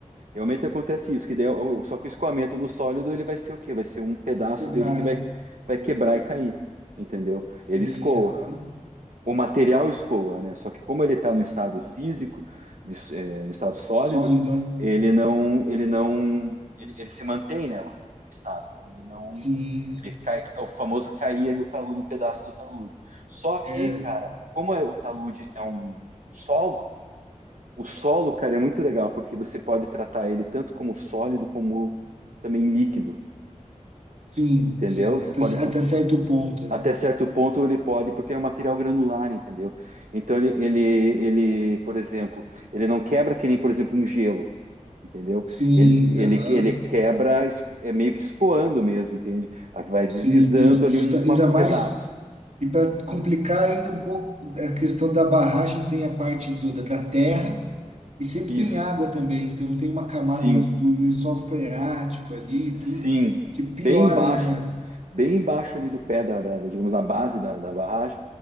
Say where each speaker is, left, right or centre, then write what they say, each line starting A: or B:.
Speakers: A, on the right; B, on the right.
A: Realmente acontece isso, que daí, o- só que o escoamento no sólido ele vai ser o quê? Vai ser um pedaço
B: Quebrar,
A: dele que
B: né?
A: vai, vai quebrar e cair, entendeu?
B: Sim,
A: Ele escoa.
B: aham.
A: O material escoa, né? Só que como ele está no estado físico, de s- eh, no estado sólido,
B: Sólido, né?
A: ele não, ele não, ele, ele se mantém, né? O estado. Então ele não,
B: Sim,
A: ele cai, é o famoso cair ali o talude, um pedaço do talude. Só que,
B: É,
A: cara, como é- o talude é um solo, o solo, cara, é muito legal, porque você pode tratar ele tanto como sólido, como também líquido,
B: sim,
A: entendeu?
B: sim,
A: Você
B: até,
A: pode ter-
B: até certo ponto, né?
A: até certo ponto ele pode, porque é um material granular, entendeu? Então ele, ele, ele, por exemplo, ele não quebra que nem, por exemplo, um gelo, entendeu?
B: Sim,
A: Ele, ele,
B: aham,
A: ele quebra, es- é meio que escoando mesmo, entende? Aí Vai
B: sim,
A: deslizando ali
B: justa,
A: um,
B: ainda
A: uma- um
B: mais,
A: pedaço.
B: e para complicar ainda um pouco, a questão da barragem tem a parte do, da, da terra e sempre
A: Isso,
B: tem água também, então tem uma camada
A: sim.
B: do, do lençol freático ali e
A: Sim,
B: tudo, que piora
A: bem embaixo,
B: ainda,
A: bem embaixo ali do pé da, da- da- digamos, na base da, da barragem,